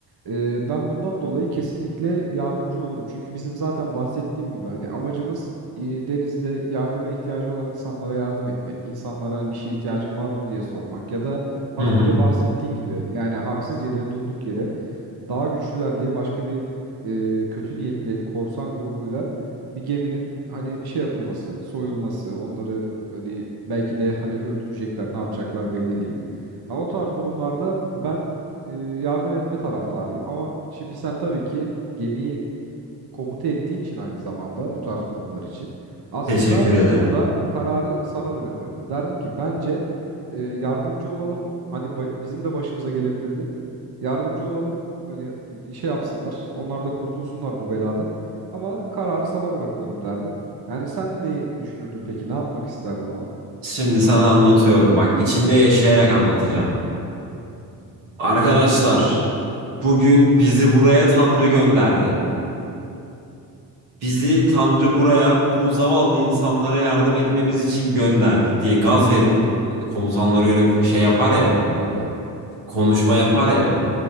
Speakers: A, on the right; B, on the right.
A: E, ben bundan dolayı kesinlikle yardımcı olurum. Çünkü bizim zaten bahsettiğim gibi hani amacımız e, denizde yardıma ihtiyacı olan insanlara yardım etmek. İnsanlara hani bir şeye ihtiyacın var mı diye sormak ya da az
B: Hı hı.
A: önce bahsettiğin gibi yani haksız yere durduk yere daha güçlüler diye başka bir e, kötü niyetli korsan grubuyla bir geminin hani şey yapılması, soyulması, onları hani belki de hani öldürecekler, ne yapacaklar belli değil. Ama o tarz durumlarda ben e, yardım etme taraftarıyım ama şimdi sen tabii ki gemiyi komuta ettiğin için aynı zamanda bu tarz durumlar için aslında
B: Teşekkür ederim.
A: burada kararı sana bırakırdım. Derdim ki bence e, yardımcı olalım. Hani ba- bizim de başımıza gelebilirdi. Yardımcı olalım. Hani i- şey yapsınlar. Onlar da kurtulsunlar bu beladan. Ama kararı sana bırakıyorum derdim. Yani sen neyi düşünürdün peki? Ne yapmak isterdin o an?
B: Şimdi sana anlatıyorum. Bak içinde yaşayarak anlatacağım. Arkadaşlar,
A: Haydi bakalım.
B: bugün bizi buraya Tanrı gönderdi. Bizi Tanrı buraya bu zavallı insanlara yardım etmemiz için gönderdi diye gaz verip hani komutanlar öyle ko- şey yapar ya,
A: Tabii.
B: konuşma yapar ya.